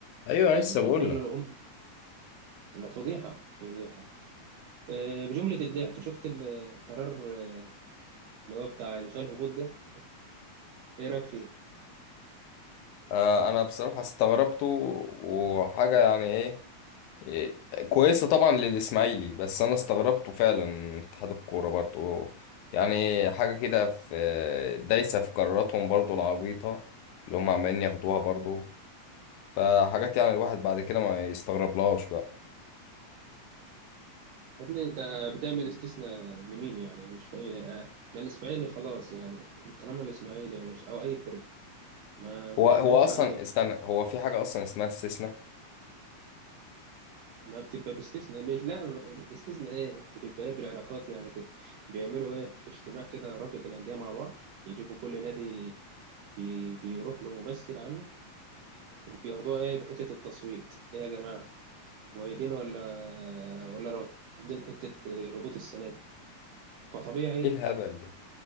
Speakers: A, on the left (about 85°); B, on the right (about 75°).
A: ايوه
B: يعني
A: أنا لسه بقول
B: كل
A: لك
B: رقم ما فضيحة فضيحة آه، بجملة الضحك شفت القرار اللي هو بتاع إلغاء الهبوط ده إيه رأيك فيه؟
A: آه، انا بصراحة استغربته وحاجة يعني ايه إيه، كويسة طبعا للإسماعيلي بس أنا استغربته فعلا من اتحاد الكورة برضو يعني حاجة كده في دايسة في قراراتهم برضو العبيطة اللي هم عمالين ياخدوها برضو فحاجات يعني الواحد بعد كده ما يستغربلهاش بقى
B: يا ابني أنت بتعمل استثناء لمين يعني أنا مش فاهم آه، ما الإسماعيلي خلاص يعني طالما الإسماعيلي يا باشا أو أي فرقة ما ما
A: هو
B: جمعتش
A: هو أصلا
B: عدد الن-
A: استنى هو في حاجة أصلا اسمها استثناء
B: ما بتبقى باستثناء مش لا ما- الاستثناء إيه؟ بتبقى إيه بالعلاقات يعني كده بيعملوا إيه اجتماع كده رابطة الأندية مع بعض يجيبوا كل نادي بي بيروح له ممثل عنه وبياخدوها ايه بحتة التصويت ايه يا جماعة مؤيدين ولا ولا رافضين حتة الهبوط السنة دي فطبيعي
A: إيه الهبل ده